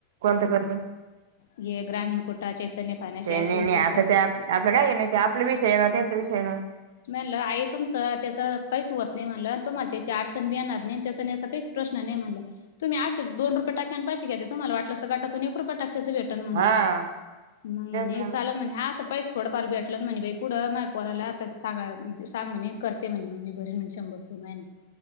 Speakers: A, on the right; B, on the left.
A: कोण करत.
B: हे ग्रामीण कुट चैतन्य. फायनान्स
A: ते
B: हे असे
A: नाही
B: उचलेल
A: नाही आपता ते आपलं काय आहे नाही ते आपला विषय आहे ना त्यांचा विषय ना.
B: म्हणलं आई तुमचं त्याचं काहीचवत नाही म्हणलं तुम्हाला त्याची आडचण बी आणणार नाही आणि त्याचं असं काही. प्रश् नाही मला तुम्हीश दोन रुपे टक्यां पाैशी घेते तु्हाला वाटलंत गटातून एक रुप टक्याच भे म्हणलं
A: हा
B: मंग
A: तेच
B: म्हणे
A: ना
B: चाल म्हणज हा. पस थोडंफार भेटल म्हणणीबाई पुढं माय पोराला आ सांग सांग म्हणे करते म्हणे मग मी भरन म्हण शंभर रुपये माहि ना